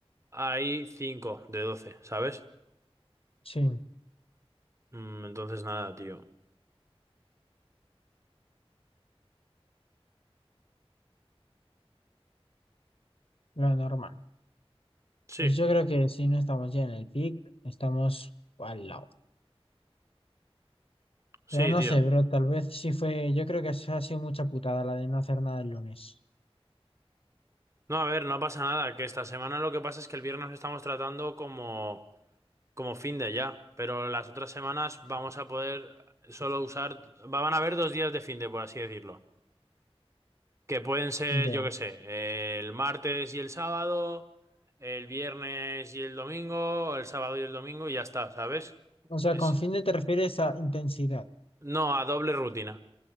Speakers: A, on the right; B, on the left.
A: hay 5 de doce ¿sabes?
B: Sí,
A: Mm, entonces nada, tío.
B: lo normal.
A: Sí,
B: Pues yo creo que si no estamos ya en el pic, estamos al lado.
A: sí,
B: Pero no
A: tío.
B: sé, bro, tal vez sí fue, yo creo que se ha sido mucha putada la de no hacer nada el lunes.
A: No, a ver, no pasa nada. Que esta semana lo que pasa es que el viernes lo estamos tratando como, como fin de ya. Pero las otras semanas vamos a poder solo usar... Van a haber dos días de fin de, por así decirlo. Que pueden ser,
B: Ya.
A: yo qué sé, el martes y el sábado, el viernes y el domingo, el sábado y el domingo y ya está, ¿sabes?
B: O sea,
A: Es...
B: con fin de te refieres a intensidad,
A: No, a doble rutina.